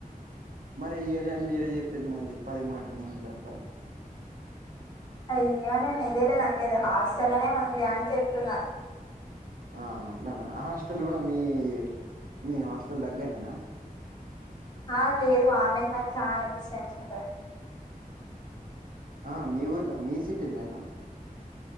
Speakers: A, on the right (about 75°); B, on the left (about 30°).
A: మరి ఇయ్యలే అని మీరే చెప్పేరు మళ్ళీ పది మాటలు మాట్లాడతారు
B: అయ్యో అయ్యో నేను వెయ్యలేదు అన్లేదు హాస్టల్లోనే ఉంది అని చెప్తున్నా.
A: ఆ అట్లాన ఆ హాస్టల్ కూడా మీ మీ హాస్టల్ దగ్గర్నేనా
B: ఆ లేదు ఆమెకు నాకు చాలా డిస్టెన్స్ ఉంటది.
A: ఆ మీ ఊర్ల మీ సీటీ నేనా.